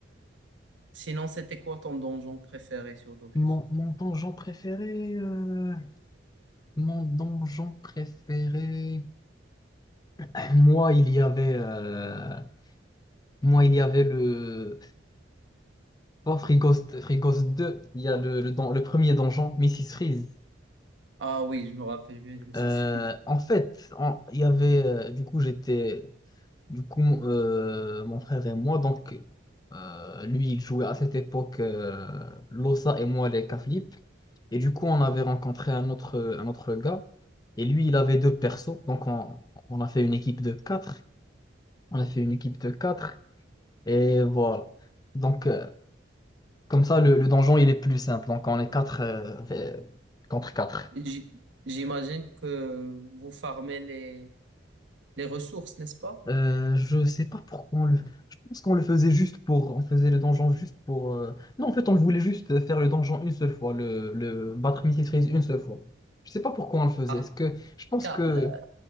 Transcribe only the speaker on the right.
Sinon, c'était quoi ton donjon préféré sur Dofus?
Ah oui, je me rappelle bien du Mrs.
Freeze.
J- J'imagine que vous farmez les, les ressources, n'est-ce pas?
Ah,
car
là,